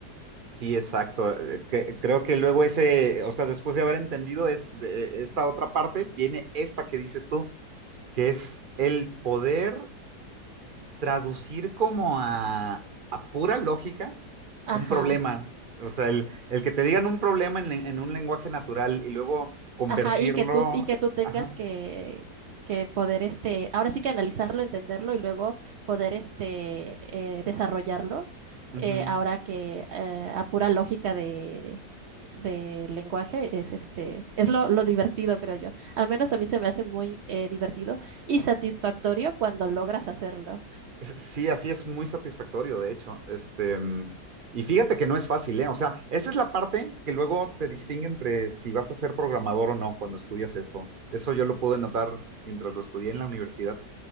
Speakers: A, on the right; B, on the right.
A: Sí, exacto. Eh, que- creo que luego ese, o sea, después de haber entendido es, de- esta otra parte, viene esta que dices tú, que es el poder traducir como a, a pura lógica
B: Ajá.
A: un problema. O sea, el, el que te digan un problema en, le- en un lenguaje natural y luego convertirlo.
B: Ajá, y que tú, y que tú tengas
A: Ajá.
B: que, que poder, este, ahora sí que analizarlo, entenderlo y luego poder, este, eh, desarrollarlo,
A: ujú.
B: eh, ahora que eh, a pura lógica de, de lenguaje es, este, es lo, lo divertido, creo yo. Al menos a mí se me hace muy eh, divertido y satisfactorio cuando logras hacerlo.
A: Sí, así es muy satisfactorio, de hecho. Este, mm, y fíjate que no es fácil, ¿eh? O sea, esa es la parte que luego te distingue entre si vas a ser programador o no cuando estudias esto. Eso yo lo pude notar mientras lo estudié en la universidad,